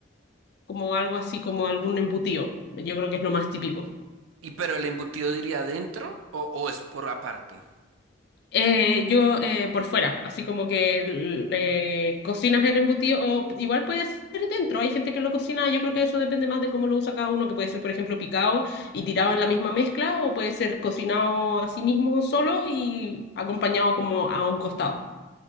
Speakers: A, on the left; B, on the right.
A: como algo así, como algún embutido. Yo creo que es lo más típico.
B: ¿Y pero el embutido diría adentro o, o es por aparte?
A: Eh, yo eh, por fuera, así como que l- eh, cocinas el embutido, o igual puede ser dentro, hay gente que lo cocina, yo creo que eso depende más de cómo lo usa cada uno, que puede ser, por ejemplo, picado y tirado en la misma mezcla, o puede ser cocinado a sí mismo solo y acompañado como a un costado.